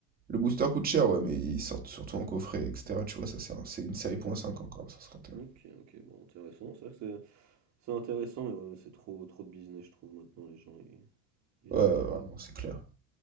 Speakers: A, on the right (about 20°); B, on the right (about 35°).
A: Le booster coûte cher, ouais, mais ils sortent surtout en coffret, etc. Tu vois, ça c'est un- c'est une série
B: Hmm.
A: .5 encore, 151.
B: Ok, ok, bon, intéressant. C'est vrai que c'est c'est intéressant, mais ouais, c'est trop, trop de business, je trouve, maintenant, les gens, ils, ils
A: Ouais, ouais,
B: abusent un
A: vraiment,
B: peu.
A: c'est clair.